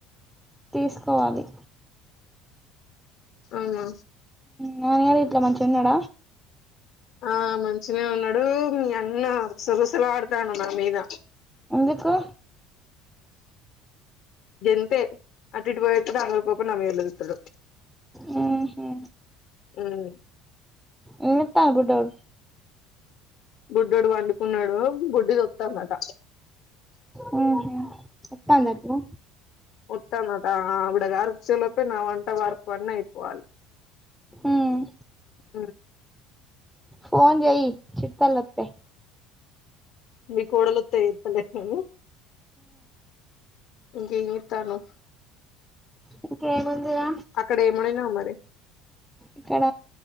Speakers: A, in the centre; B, on the left.
A: తీసుకోవాలి
B: అవునా
A: నా హల మంచిన్నాడ
B: ఆ మంచిగనే ఉన్నాడు మీ అన్న రుస రుసలు ఆడుతాను నా మీద
A: ఎందుకు
B: అంతే అటు ఇటు పోయతడు అందరి మీద కోపం నా మీద చూపిస్తాడు
A: ఉహు,
B: ఉమ్
A: ఉ తాలబడరు
B: గుడ్డోడు పండుకున్నాడు గుడ్డి తొ త్తమట
A: ఉహు వత్తాందట్నా
B: ఉత్తమట అ ఆయనగారుచ్చలోప నా వంట వార్పు అయిపోవాలి
A: ఉమ్
B: ఆ
A: ఫోన్ జయి చిట్ వోళ్ళు వత్తే
B: మీకు ఓడలుత్తా ఇతలే నువవు ఇంకేం చేస్తున్నావ్
A: ఇంకేముందిరా
B: అక్కడ ఏం వండినావ్ మరి
A: ఇక్కడ